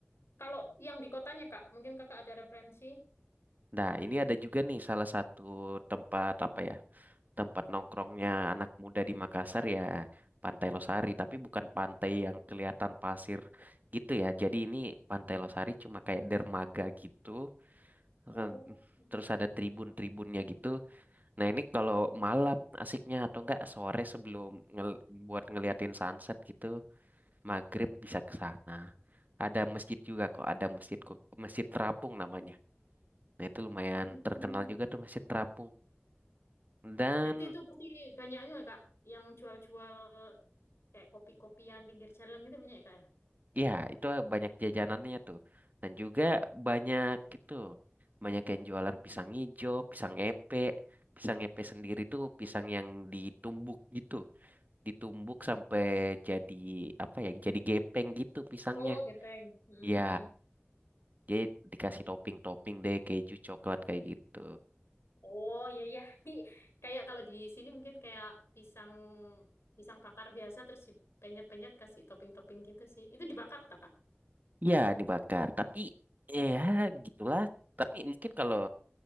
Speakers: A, on the left; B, on the right.
A: Kalau yang di kotanya, Kak, mungkin Kakak ada referensi.
B: Nah, ini ada juga nih salah satu tempat apa ya? Tempat nongkrongnya anak muda di Makassar ya, Pantai Losari, tapi bukan pantai yang kelihatan pasir gitu ya. Jadi ini Pantai Losari cuma kayak dermaga gitu. eh,
A: Oh,
B: Terus ada tribun-tribunnya gitu. Nah, ini kalau malam asiknya atau enggak sore sebelum ngel- buat ngeliatin sunset gitu, maghrib bisa ke sana. Ada masjid juga kok, ada masjid masjid terapung namanya. Nah itu lumayan
A: Hmm.
B: terkenal juga tuh masih terapung. Dan
A: Berarti itu pasti banyaknya ya, Kak, yang jual-jual kayak kopi-kopian pinggir jalan gitu banyak ya, Kak ya?
B: ya itu banyak jajanannya tuh. Dan juga
A: Nah.
B: banyak itu banyak yang jualan pisang hijau pisang epe. Pisang epe sendiri tuh pisang yang ditumbuk gitu. Ditumbuk sampai jadi apa ya? Jadi gepeng gitu pisangnya.
A: oh gepeng. Hmm,
B: Ya,
A: hmm.
B: jadi dikasih topping-topping deh keju coklat kayak gitu.
A: Oh iya iya. <laughs> Ini kayak kalau di sini mungkin kayak pisang pisang bakar biasa terus dipenyet-penyet kasih topping-topping gitu sih. Itu dibakar tak, Kak?
B: Ya, dibakar. Tapi ya gitulah. Tapi mungkin kalau